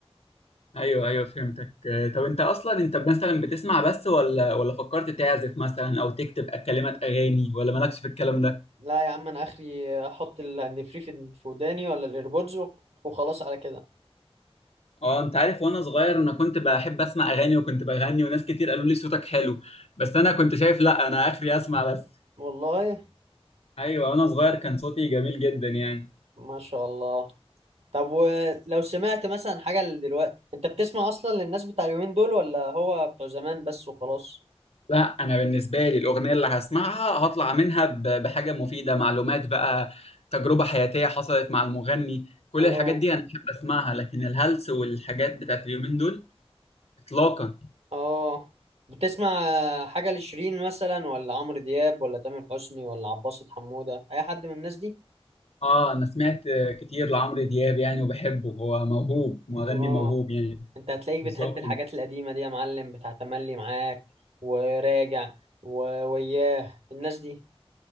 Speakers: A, on the left (about 75°); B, on the right (about 75°).
A: ايوه ايوه فهمتك آه، طب انت اصلا انت مثلا بتسمع بس ولا ولا فكرت تعزف مثلا او تكتب كلمات اغاني ولا مالكش في الكلام ده
B: لا يا عم انا اخري احط الهاند فري في في وداني ولا الايربودز وخلاص على كده
A: اه انت عارف وانا صغير انا كنت بحب اسمع اغاني وكنت بغني وناس كتير قالوا لي صوتك حلو بس انا كنت شايف لا انا اخري اسمع بس
B: والله
A: ايوه وانا صغير كان صوتي جميل جدا يعني
B: ما شاء الله طب ولو سمعت مثلا حاجة دلوقتي انت بتسمع اصلا للناس بتاع اليومين دول ولا هو بتوع زمان بس وخلاص
A: لا انا بالنسبه لي الاغنيه اللي هسمعها هطلع منها ب- بحاجه مفيده معلومات بقى تجربه حياتيه حصلت مع المغني كل
B: اه
A: الحاجات دي انا بحب اسمعها لكن الهلس والحاجات بتاعت اليومين دول اطلاقا
B: اه بتسمع حاجة لشيرين مثلا ولا عمرو دياب ولا تامر حسني ولا عباسة حمودة اي حد من الناس دي
A: اه انا سمعت كتير لعمرو دياب يعني وبحبه هو موهوب مغني
B: اه
A: موهوب يعني
B: انت هتلاقيك
A: بالظبط
B: بتحب الحاجات القديمة دي يا معلم بتاع تملي معاك وراجع و- وياه الناس دي